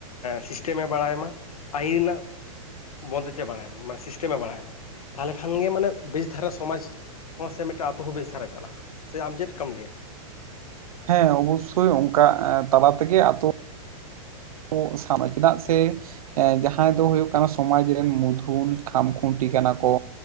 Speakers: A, on the left; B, on the right.
A: ᱥᱤᱥᱴᱮᱢᱮ ᱵᱟᱲᱟᱭ ᱢᱟ ᱟᱹᱤᱱ ᱨᱮᱱᱟᱜ ᱵᱚᱱᱫᱮᱡ ᱮ ᱵᱟᱲᱟᱭ ᱢᱟ, ᱢᱟᱱᱮ ᱥᱤᱥᱴᱮᱢᱮ ᱵᱟᱲᱟᱭ ᱢᱟ ᱛᱟᱦᱚᱞᱮ ᱠᱷᱟᱱ ᱜᱮ ᱢᱟᱱᱮ ᱵᱮᱥ ᱫᱷᱟᱨᱟ ᱥᱚᱢᱟᱡᱽ ᱦᱚᱸ ᱥᱮ ᱢᱤᱫᱴᱟᱱ ᱟᱛᱳ ᱦᱚᱸ ᱵᱮᱥ ᱫᱷᱟᱨᱟ ᱪᱟᱞᱟᱜᱼᱟ ᱥᱮ ᱟᱢ ᱪᱮᱫ ᱞᱮᱠᱟᱢ ᱞᱟᱹᱭᱟ?
B: ᱦᱮᱸ ᱚᱵᱚᱥᱥᱳᱭ ᱚᱱᱠᱟ ᱛᱟᱞᱟ ᱛᱮᱜ ᱟᱛᱳ <unintelligible> ᱥᱟᱵ ᱪᱮᱫᱟᱜ ᱥᱮ ᱮ ᱡᱟᱦᱟᱸᱭ ᱫᱚ ᱦᱩᱭᱩᱜ ᱠᱟᱱᱟ ᱥᱚᱢᱟᱡᱽ ᱨᱮᱱ ᱢᱩᱫᱷᱩᱱ ᱠᱷᱟᱢᱠᱷᱩᱱᱴᱤ ᱠᱟᱱᱟ ᱠᱚ